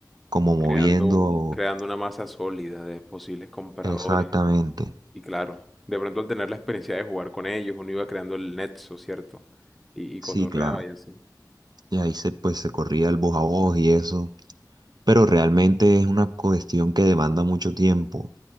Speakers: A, on the right; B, in the centre.
A: como moviendo
B: creando, un- creando una masa sólida de posibles compradores.
A: exactamente,
B: Y claro, de pronto al tener la experiencia de jugar con ellos, uno iba creando el nexo, ¿cierto? Y, y
A: sí,
B: cotorreaba
A: claro,
B: y así.
A: y ahí se, pues se corría el voz a voz y eso, pero realmente es una cuestión que demanda mucho tiempo